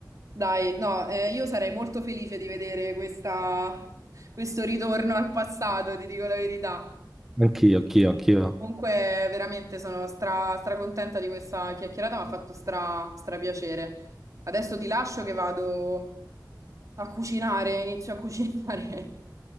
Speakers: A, on the right; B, in the centre.
A: Dai, no, eh, io sarei molto felice di vedere questa- questo ritorno al passato, ti dico la verità.
B: Anch'io, anch'io, anch'io.
A: Comunque, veramente sono stra, contenta di questa chiacchierata, mi ha fatto stra, stra piacere. Adesso ti lascio che vado a cucinare, inizio a cucinare. <laughs>